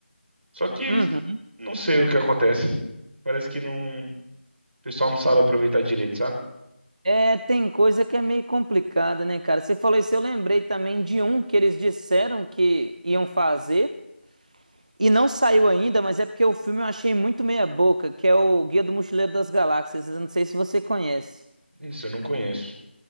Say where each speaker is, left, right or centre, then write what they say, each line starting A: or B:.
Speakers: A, on the right (about 70°); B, on the right (about 40°).
A: Só que
B: uhum.
A: não sei o que acontece. Parece que não, o pessoal não sabe aproveitar direito, sabe?
B: É, tem coisa que é meio complicada, né, cara? Você falou isso, eu lembrei também de um que eles disseram que iam fazer e não saiu ainda, mas é porque o filme eu achei muito meia boca, que é o Guia do Mochileiro das Galáxias. Eu não sei se você conhece.
A: Isso eu não conheço.